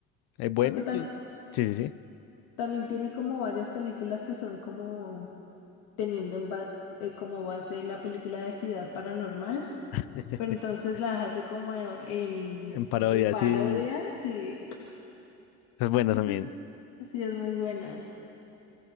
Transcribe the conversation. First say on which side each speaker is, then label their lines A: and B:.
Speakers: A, on the left; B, on the left.
A: es buena,
B: porque tam-
A: sí. Sí, sí, sí.
B: también tiene como varias películas que son como teniendo en ba- eh, como base la película de actividad paranormal,
A: <laughs>
B: pero entonces las hace como en,
A: En parodia,
B: en parodia,
A: sí.
B: sí,
A: Es buena
B: esa
A: también.
B: es, sí es muy buena.